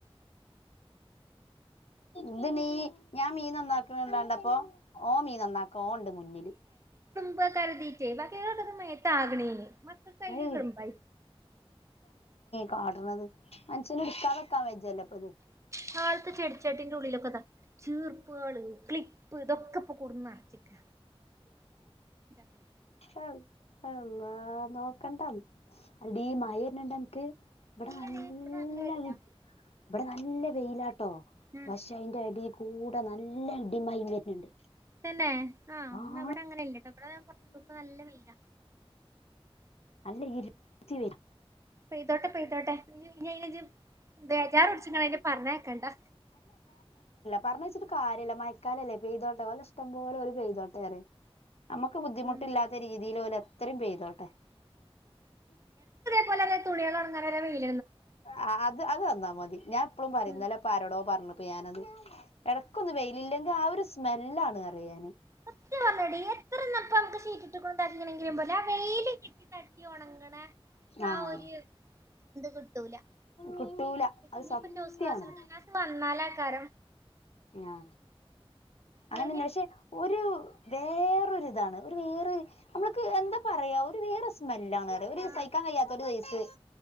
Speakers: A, on the left; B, on the right.
A: ഇതി നീ ഞാൻ മീൻ ഒന്നാക്കണ്ടാണ്ടപ്പോൊ ഓ മീൻ ഒന്നാക്കും കോണ്ട് മുന്നിൽ
B: ഉപ്പകതി ചാക്കക്ക താഗണ മക്ക കൈല
A: ഏയ്
B: കും പ
A: കാടണത് മനുഷ്യന എടുക്കാ വെക്കാൻ വചല്ലോ ഇപ്പൊ ഇത്
B: കാലത്തെ ചെടിച്ചാട്ടിന്റെ ഉള്ളിലൊക്കെതാ ചീർപ്പുകള് ക്ലിപ്പ് ഇതൊക്കെ ഇൊ കുൂർന്നാണ് ിക്ക <unintelligible>
A: ആ ആഹ നോക്കണ്ട അതിടീ മായന്നണ്ട എനിക്ക് ഇവിടെ
B: ഇല്ലടി
A: നല്ല
B: ഇവിടെ വെയിലാ
A: ഇവിടെ നല്ല വെയിലാട്ട കേട്ടോ
B: ഉം
A: പക്ഷെ അതിന്റെ അടിൽ കൂടെ നല്ല അടി മൈ വരുന്നുണ്ട്
B: തന്നെ ആ
A: ആടീ
B: ന്നവ്ടെ അങ്ങനെ ഇല്ലട്ടോ ഇവടേ കൊർച്ചൂസം നല്ല വെയ്‌ല
A: നല്ല ഇിരിത്തി വര
B: പെയ്തോട്ടെ പെയ്തോട്ടെ അയ്നെഇജ് ബേജാറുടിച്ചിങ്ങ അയ്നെ പറഞ്ഞേക്കണ്ടാ
A: പറഞേച്ചിട്ട് കാര്യല്ല മയക്കാലല്ലേ പെയ്തോട്ട ഓലെ ഇഷ്ടപോലെ ഓല് പെയ്തോട്ടേ റെ നമ്മുക്ക് ബുദ്ധിമുട്ടില്ലാത്ത
B: ഉം
A: രീതിൽ ഓല് എത്രയും പെയ്തോട്ടെ
B: പ്പ വല്ലാതെ തുണിൾഒണങ്ങാൻ വെയില്
A: ആ അത് അത് തന്നാ മതി ഞാപ്പളുംപറിം
B: ഉം
A: ന്നലെപ്പ ആരോടോ പറഞ് പ്പ ഞാനത് എടക്കൊന്ന് വെയിലില്ലെങ്കിൽ ആ ഒരു സ്മെല്ലാണ് അറിയാന്
B: സത്യംപറഞ്ഞടി എത്രനപ്പൻക് ഷീറ്റ്ട്ട്ക്ക്‌ണ് എങ്ങനെങ്കിലുംപൊട്ടെ ആ വെയിൽകിട്ടിതട്ടി ഒണങ്ങണ
A: ആഹ്
B: ആഒര് ത് തൂല
A: കിട്ടൂല അത്
B: ഇഞ്പ്പന്റെ
A: സത്യാണ്
B: ഒസ്‌വാസ് തന്നേ വന്നാലആകാര
A: ആ അങ്ങനെന്ന
B: അതിന്
A: പഷെ ഒരു വേറൊരുരിതാണ് ഒരു വേറൊരു മ്മൾക്ക് എന്താപറയാ ഒരു വേറെ സ്മെല് ല്ലാണ് ഒരു
B: ആഹ്
A: സഹിക്കാൻ കയ്യാത്തത് ഒര്സൈസ്